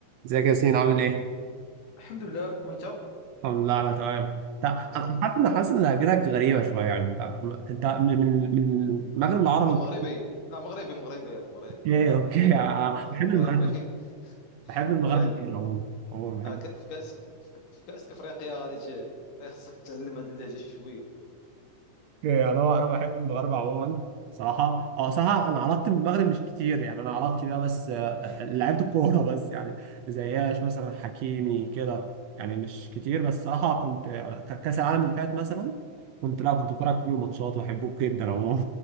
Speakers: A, on the right (about 75°); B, on the left (about 85°).
A: ازيك يا ياسين عامل ايه؟
B: الحمد لله وانت آه،
A: الحمد لله انا تمام. طب انا
B: آه،
A: حاسس
B: الحمد
A: ان حاسس
B: لله
A: ان اجرك غريبه شويه يعني انت انت من من من المغرب العربي
B: انا مغربي لا مغربي مغربي انا مغربي
A: اوكي اوكي <laughs> اه،
B: آه
A: بحب
B: مغربي
A: المغرب
B: <laughs>
A: بحب المغرب
B: مغربي
A: جدا عموما عموما
B: آه
A: بحب
B: ك- في كاس في ك- في كاس افريقيا غادي ت- خصك تتعلم هذه اللهجه شي شويه
A: اوكي انا انا بحب المغرب عموما صراحه اه صراحه انا علاقتي بالمغرب مش كتير يعني انا علاقتي بيها بس اه، لعيبه الكوره بس يعني زياش مثلا حكيمي كده يعني مش كتير بس صراحه كنت اه، كاس العالم اللي فات مثلا كنت لا كنت بتفرج
B: مهم.
A: على كل الماتشات واحبه جدا عموما